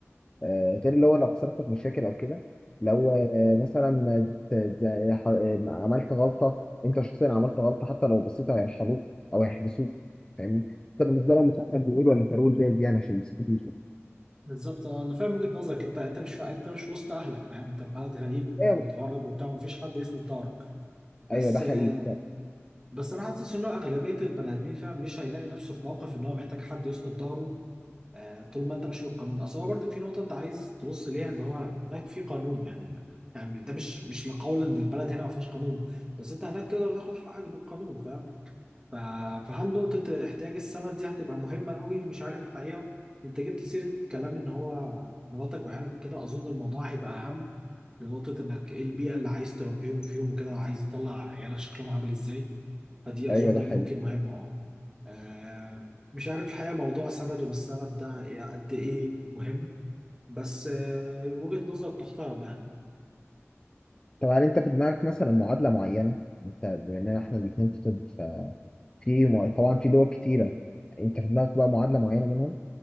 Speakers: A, on the left; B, on the right.
A: آه غير اللي هو لو خسرت في مشاكل او كده لو آه مثلا ت- ت- ح- آه، عملت غلطه انت شخصيا عملت غلطه حتى لو بسيطه هيرحلوك او هيحبسوك فاهمني انت بالنسبه لهم مش احمد بيقول ولا فاروق ده دي انا عشان يمسكوني
B: بالظبط اه انا فاهم وجهه نظرك انت انت مش فا... انت مش وسط اهلك فاهم انت في بلد غريب
A: ايوه
B: ومتغرب وبتاع ومفيش حد يسند ظهرك بس
A: ايوه ده حقيقي
B: آه، بس انا حاسس ان هو اغلبيه البني ادمين فاهم مش هيلاقي نفسه في موقف ان هو محتاج حد يسند ظهره آه، طول ما انت ماشي بالقانون اصل هو برضه في نقطه انت عايز تبص ليها اللي هو هناك في قانون يعني يعني ده مش مش لقول ان البلد هنا ما فيهاش قانون بس انت هناك تقدر تاخد حقك بالقانون فاهم ف- فهل نقطه احتياج السند دي هتبقى مهمه قوي مش عارف الحقيقه انت جبت سيره كلام ان هو مراتك وعيالك كده اظن الموضوع هيبقى اهم لنقطه انك ايه البيئه اللي عايز تربيهم فيهم وكده وعايز يطلع عيالك شكلهم عامل ازاي دي
A: ايوه
B: أظن
A: ده حقيقي
B: ممكن مهمة أه آه، مش عارف الحقيقة موضوع سند ومش سند ده إيه، قد إيه مهم بس آه، وجهة نظر تحترم يعني
A: طب هل انت في دماغك مثلا معادله معينه انت بما ان احنا الاثنين في طب ففي مع- طبعا في دول كتيره انت في دماغك بقى معادله معينه منهم؟